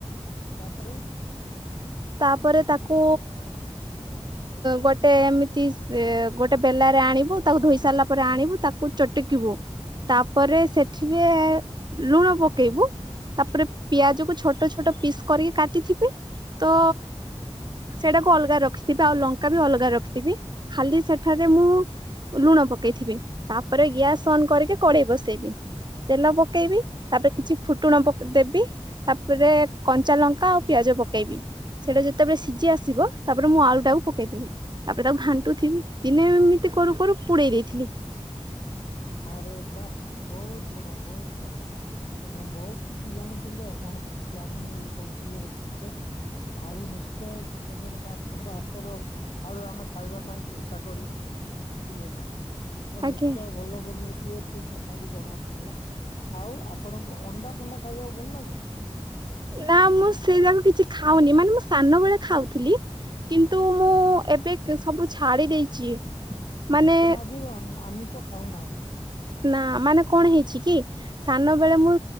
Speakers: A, on the left; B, on the right.
A: ତାପରେ।
B: ତାପରେ ତାକୁ ଗୋଟେ ଏମିତି ସେ ଗୋଟେ ବେଲାରେ ଆଣିବୁ ତାକୁ ଧୋଇ ସାରିଲା ପରେ ଆଣିବୁ ତାକୁ ଚଟିକିବୁ ତାପରେ ସେଠିରେ
A: ହୁଁ
B: ଲୁଣ ପକେଇବୁ ତାପରେ ପିଆଜ କୁ ଛୋଟ ଛୋଟ ପିସ୍ କରିକି କାଟିଥିବେ ତ ସେଇଟାକୁ ଅଲଗା ରଖିଥିବି ଆଉ ଲଙ୍କା ବି ଅଲଗା ରଖିଥିବି ଖାଲି ସେଠାରେ ମୁଁ ଲୁଣ ପକେଇଥିବେ ତାପରେ ଗ୍ୟାସ୍ ଅନ୍ କରିକି କଡେଇ ବସେଇବି ତେଲ ପ ପକେଇବି
A: ଆଚ୍ଛା
B: ତାପରେ କିଛି ଫୁଟୁଣ ଦେବି ତାପରେ କଞ୍ଚା ଲଙ୍କା ଆଉ ପିଆଜ ପକେଇବି। ସେଇଟା ଯେତେବେଳେ ସିଝି ଆସିବ ତାପରେ ମୁଁ ଆଳୁ ଟାକୁ ପକେଇଦେବି। ତାପରେ ତାକୁ ଘାଣ୍ଟୁଥିବି ଦିନେ ଏମିତି କରୁ କରୁ ପୁଡେଇ ଦେଇଥିଲି।
A: ଆରେ ବାଃ ବହୁତ ବଢିଆ ବହୁତ ବଢିଆ। ଆପଣ ବହୁତ କିଛି ଜାଣିଛନ୍ତି ଆଉ କଣ କିଛି ଜାଣୁନି ବୋଲି କହୁଥିଲେ ରୋଷେଇରେ। ଆଳୁ ନିଶ୍ଚୟ କେବେ ଗୋଟେ ଆପଣଙ୍କ ହାତର ଆଳୁ ଆମେ ଖାଇବା ପାଇଁ ଚେଷ୍ଟା କରିବୁ। ବୁଝିଲେ ନା ଆପଣ
B: ଆଜ୍ଞା।
A: ନିଶ୍ଚୟ ଭଲ ବନଉଥିବେ ଏତିକି କଥା ରୁ ଜଣା ପଡିଲା ଆଉ ଆପଣଙ୍କୁ ଅଣ୍ଡା ଫଣ୍ଡା ଖାଇବାକୁ ଭଲ ଲାଗେ।
B: ନା ମୁଁ ସେଇରା ବି କିଛି ଖାଉନି ମାନେ ମୁଁ ସାନ ବେଳେ ଖାଉଥିଲି। କିନ୍ତୁ ମୁଁ
A: ଆଚ୍ଛା
B: ଏବେ ସବୁ ଛାଡ଼ି ଦେଇଛି ମାନେ
A: <unintelligible> ଆମିଷ ଖାଉନାହାନ୍ତି।
B: ନା ମାନେ କଣ ହେଇଛି କି ସାନ ବେଳେ ମୁଁ